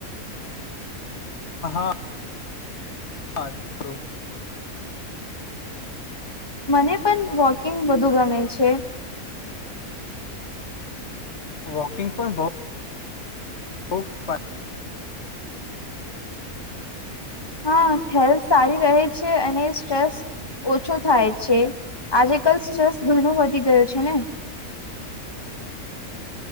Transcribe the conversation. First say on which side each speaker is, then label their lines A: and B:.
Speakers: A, on the left; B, on the left.
A: હા હા. હા તો.
B: મને પણ વોકિંગ વધુ ગમે છે.
A: વોકિંગ પણ બહ બ ફ <inaudible>
B: હા હેલ્થ સારી રહે છે અને સ્ટ્રેસ ઓછો થાય છે આજે કલ સ્ટ્રેસ ઘણો વધી ગયો છે ને.